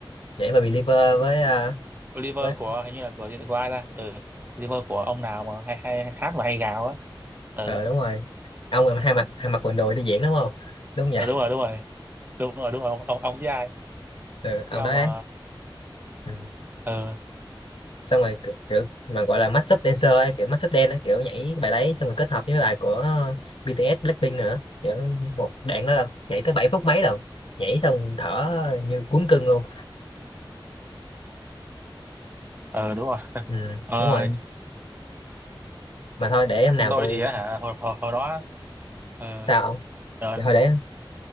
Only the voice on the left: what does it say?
nhảy bài Believer với à,
với
ờ đúng rồi ông là hai mặt hai mặt quần đùi đi diễn đúng không đúng không nhỉ
ừ, ông
đó đấy
ừ.
xong rồi kiểu, kiểu mà gọi là mashup dancer ấy kiểu mashup dance ấy kiểu nhảy bài đấy xong rồi kết hợp với bài của BTS Blackpink nữa kiểu một đoạn đó là nhảy tới 7 phút mấy rồi nhảy xong thở như cuốn cưng luôn
ừ,
đúng rồi mà thôi để hôm nào
tôi
sao không
để thôi để